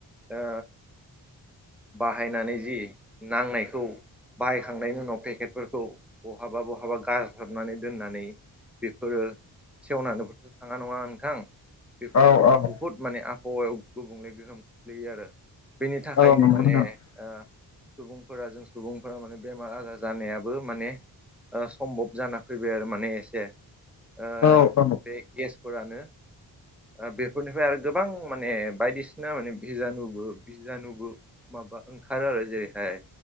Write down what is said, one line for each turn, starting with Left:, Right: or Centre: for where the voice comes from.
Centre: ओ बाहायनानै जि नांनायखौ बाहायखांनायनि उनाव पेकेटफोरखौ बहाबा बहाबा गारग्लोबनानै दोननानै बेफोरो सेवननानैबोथ' थाङा नङा नोंथां? बेफोरनो
Left: औ
Centre: माने
Left: औ
Centre: बुहुत माने आबहावायाव गुबुंले गोहोम खोख्लैयो आरो। बेनि थाखायनो
Left: औ नंगौ
Centre: माने
Left: नोंथां
Centre: ओ सुबुंफोरा जों सुबुंफोरा माने बेमार आजार जानायाबो माने ओ सम्भब जाना फैबाय आरो माने एसे ओ
Left: औ औ
Centre: बे गेस फोरानो ओ बेफोरनिफ्राय आरो गोबां माने बायदिसिना माने भिजिनुबो भिजानुबो माबा ओंखारो आरो जेरैहाय